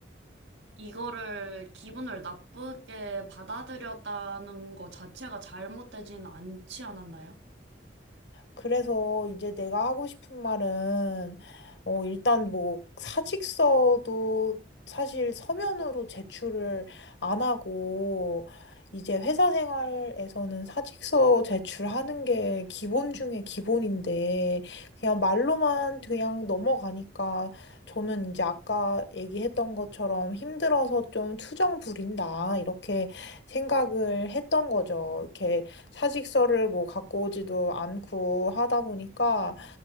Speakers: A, on the right; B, on the left.
A: 이거를 기분을 나쁘게 받아들였다는 거 자체가 잘못되진 않지 않았나요?
B: 그래서 이제 내가 하고 싶은 말은, 어, 일단 뭐 사직서도 사실 서면으로 제출을 안 하고, 이제 회사 생활에서는 사직서 제출하는 게 기본 중에 기본인데, 그냥 말로만 그냥 넘어가니까 저는 이제 아까 얘기했던 것처럼 힘들어서 좀 투정 부린다, 이렇게 생각을 했던 거죠. 이렇게 사직서를 뭐 갖고 오지도 않고 하다 보니까